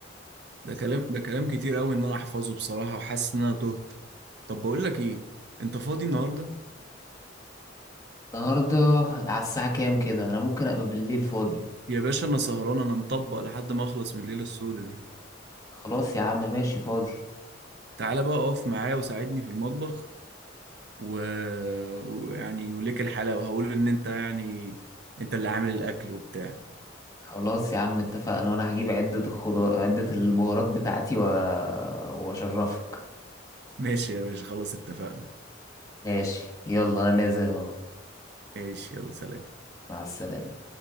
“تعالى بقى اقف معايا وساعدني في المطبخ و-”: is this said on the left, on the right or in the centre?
Right